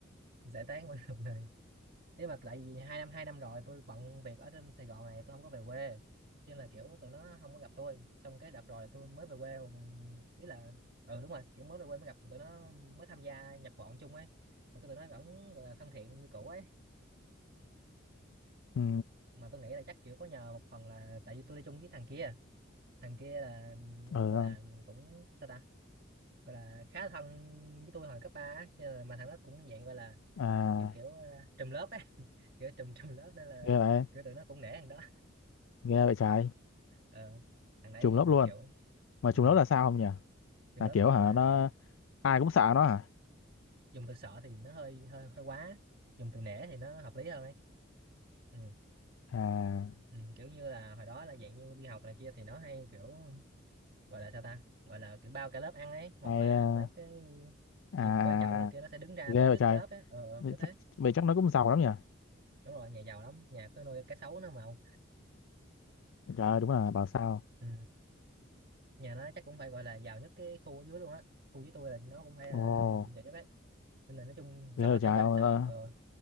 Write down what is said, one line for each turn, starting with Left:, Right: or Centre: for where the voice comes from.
Right: giải tán mọi người nếu mà tại vì hai năm hai năm rồi tôi bận việc ở trên Sài Gòn này tôi không có về quê cho nên là kiểu tụi nó không có gặp tôi xong cái đợt rồi là tôi mới về quê ý là ừ đúng rồi kiểu mới về quê mới gặp tụi nó mới tham gia nhập bọn chung ấy mà cái tụi nó vẫn gọi là thân thiện như cũ ấy
Left: Ừ,
Right: mà tôi nghĩ là chắc kiểu có nhờ một phần là tại vì tôi đi chung với thằng kia thằng kia là
Left: ờ,
Right: nó gọi
Left: không?
Right: là cũng sao ta gọi là khá thân với tôi hồi cấp ba á. Cho nên là- mà thằng đó cũng dạng gọi là
Left: à,
Right: kiểu kiểu ờ, trùm lớp ấy <laughs> kiểu trùm trùm lớp nên là
Left: ghê vậy,
Right: kiểu tụi nó cũng nể thằng đó
Left: ghê vậy trái.
Right: ờ, thằng đấy
Left: Trùng lớp luôn.
Right: kiểu
Left: Mà trùng
Right: um,
Left: lớp là sao không nhỉ?
Right: trường
Left: Là
Right: lớp
Left: kiểu
Right: nói chung
Left: hả,
Right: là
Left: nó, ai cũng sợ nó hả?
Right: dùng từ sợ thì nó hơi hơi hơi quá dùng từ nể thì nó hợp lý hơn ấy ừ,
Left: À,
Right: ừ, kiểu như là hồi đó là dạng như đi học này kia thì nó hay kiểu gọi là sao ta gọi là kiểu bao cả lớp ăn ấy hoặc
Left: hay,
Right: là
Left: à,
Right: mấy cái
Left: à,
Right: dịp quan trọng này kia nó sẽ đứng ra
Left: ghê
Right: tổ chức
Left: vậy
Right: cho lớp ấy ờ,
Left: vậy
Right: kiểu thế
Left: chắc vậy chắc nó cũng giàu lắm nhỉ
Right: đúng rồi nhà giàu lắm nhà cứ nuôi cá sấu nó mà ông
Left: trời ơi, đúng là bảo sao
Right: ừ. nhà nó chắc cũng phải gọi là giàu nhất cái khu ở dưới luôn á khu dưới tôi là nó cũng phải
Left: ồ
Right: là giàu nhất ấy nên là nói chung
Left: thế
Right: sợ
Left: rồi trời
Right: thì không phải
Left: ông,
Right: là sợ
Left: ờ,
Right: ờ